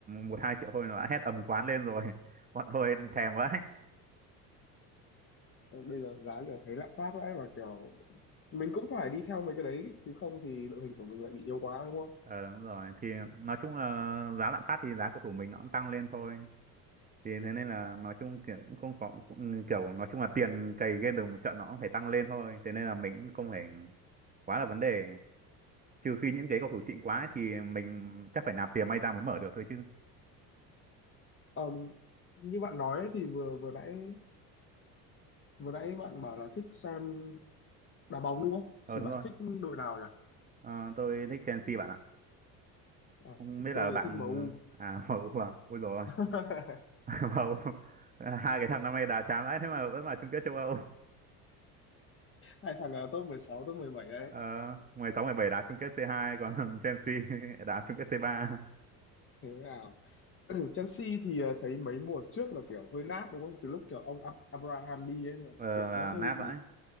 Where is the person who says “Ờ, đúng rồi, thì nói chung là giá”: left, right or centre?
Right